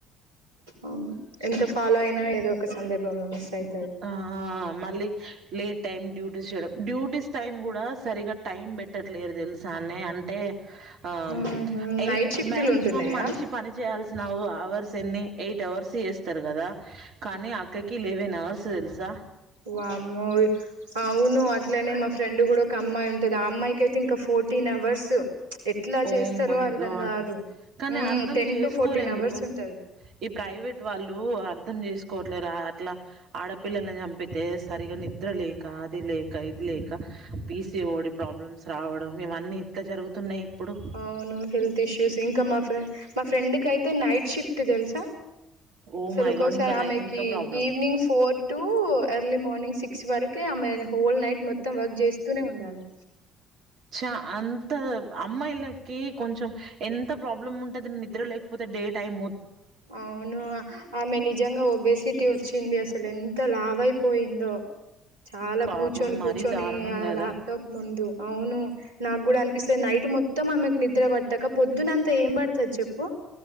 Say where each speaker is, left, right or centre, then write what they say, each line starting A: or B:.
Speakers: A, on the right (about 80°); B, on the right (about 55°).
A: అవును ఎంత ఫాలో అయినా ఏదో ఒక సందర్భంలో మస్యి
B: ఆ మళ్ళీ లేట్ టైమ్ డ్యూటీ చేయడం డ్యూటీస్ టైమ్ కూడా సరిగా టైమ్ పెట్టట్లేదు తెలుసా అన్న అంటే ఆ
A: ఉహు
B: ఎయిట్
A: నైట్ షిఫ్ట్లు
B: మాక్సిమం
A: ఉంటున్నాయా
B: మనిషి పని చేయాల్ నావు హవర్స్ ఎన్ని ఎయిట్ అవర్స్ ఎస్ కదా కానీ అక్కరికి లెవెన్ అవర్స్ దెలుసా.
A: వామ అవును అట్లనే మా ఫ్రెండ్ కూడా ఒక అమ్మాయి ఉంటది ఆ అమ్మాయికి అయితే ఇంకా ఫోర్టీన్ అవర్స్ ఎట్లా చేస్తారో
B: ఓం మై
A: అర్ధం
B: గాడ్
A: కాదు
B: కానీ
A: మ్మ్
B: అర్థం
A: టెన్
B: చేసుకోరు
A: టు ఫోర్టీన్
B: ఎందుకు
A: అవర్స్ ఉంటది
B: ఈ ప్రైవేట్ వాళ్ళు అర్ం అర్థం చేసుకోవట్లేదు అట్లా ఆడపిల్లల్ని చంపితే సరిగగా నిద్ర లేక అది లేక ఇది లేక పీసీ ఓడి ప్రాబ్లమ్స్ రావడం ఇవన్నీ ఎట్లా జరుగుతున్నాయి ఇప్పుడు
A: అవును హల్త్ ఇష్యూస్ ఇంకా మా ఫ మా ఫ్రెంకియితే మతే నైట్ షిఫ్ట్ ఇద తెల్సా
B: ఓ
A: సలు
B: మై
A: ఒకసారి
B: గాడ్ ఇంకా అదైతే
A: ఆమెకి
B: ఇంకా problem
A: evening four to early morning six వరకు ఆమె హోల్ నైట్ మొత్తం వర్క్ చేస్తూనే ఉండాలి
B: చ అంత అమ్మాయిలకి కొంచెం ఎంత ప్రాబ్లం ఉంటంది నిద్ర లేకపోతే డే టైమ్
A: అవును ఆమె నిజంగా ఒబేసిటీ వచ్చింది అసలు ఎంత లావయిపోయిందో చాలా
B: పాపం
A: కూర్చొని
B: మరీ
A: కూర్చొని
B: దారుణం
A: ఆ
B: కదా
A: ల్యాప్టాప్ ముందు అవును నాకు కూడా అనిపిస్తది నైట్ మొత్తం ఆమెకు ని నిద్ర పట్టక పొద్దునంత ఏం పడుతది చెప్పు